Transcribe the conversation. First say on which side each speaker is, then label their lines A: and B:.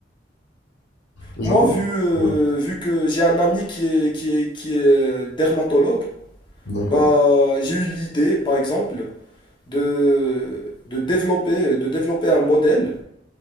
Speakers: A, on the left; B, on the left.
A: Genre
B: Moi,
A: comme...
B: vu, euh,
A: Ouais.
B: vu que j'ai un ami qui est, qui est, qui est euh, dermatologue,
A: D'accord.
B: Bah, j'ai eu l'idée, par exemple, de, de développer, de développer un modèle